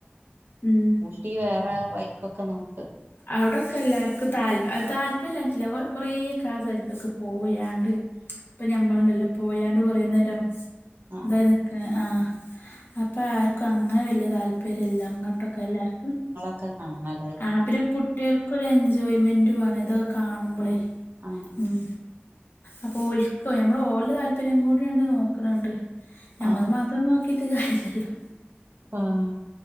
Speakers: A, on the left; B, on the right.
A: ഉം
B: ട്ടിവേറെ വൈക്കൊക്കെ നോ-
A: ഔടൊക്കെ എല്ലാർക്കു താല് താല്പര്യംല്ലാഞ്ഞിറ്റല്ല കൊറേക്കെ ആ സ്ഥലത്ത്ക്ക് പോയാണ്ട്. ഇപ്പ ഞമ്മള്ണ്ടല്ലോ പോയാണ്ട് കൊറേ നേരം
B: ആഹ്
A: ഇതായി നിക്ക്ണ് ആഹ് അപ്പൊ ആർക്കും അങ്ങനെ വല്യ താൽ- പെരല്ല അങ്ങട്ടൊക്കെല്ലാർക്കും
B: ക്കെ കാണൽ
A: ആ പിന്നെ കുട്ട്യേൾക്കൊരു എൻജോയ്മെന്റ് വേണം. ഇതൊക്കെ കാണുമ്പളേ
B: ആഹ് ആഹ്
A: ഉം. അപ്പൊ ഒൽക്കൊ ഞമ്മള് ഓലെ താല്പര്യം കൂടിങ്ങട്ട് നോക്ക്ണ് ഇണ്ട് ഞമ്മള്
B: ആഹ്
A: മാത്രം നോക്കീട്ട് കാര്യ ഇല്ലല്ലോ
B: ആഹ്